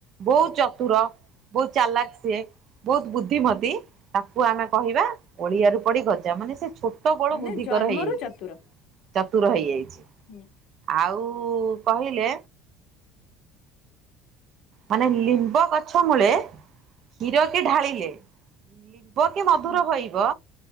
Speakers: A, on the right; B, on the left.
A: ବହୁତ ଚତୁର ବହୁତ ଚାଲାକ ସିଏ ବହୁତ ବୁଦ୍ଧି ବୁନ୍ଧିମତି ତାକୁ ଆମେ କହିବା ଓଳିଆରୁ ପଡ଼ି ଗଜା ମାନେ ସେ ଛୋଟ ବଳୁ
B: ମାନେ
A: ବୁଦ୍ଧିକର
B: ଜନ୍ମରୁ
A: ହେଇଯାଇଛି
B: ଚତୁର
A: ଚତୁର ହେଇଯାଇଛି।
B: ହୁଁ।
A: ଆଉ କହିଲେ ମାନେ ଲିମ୍ବ ଗଛ ମୂଳେ କ୍ଷୀର କି ଢାଳିଲେ ଲିମ୍ବ କି ମଧୁର
B: ହୁଁ
A: ହୋଇବ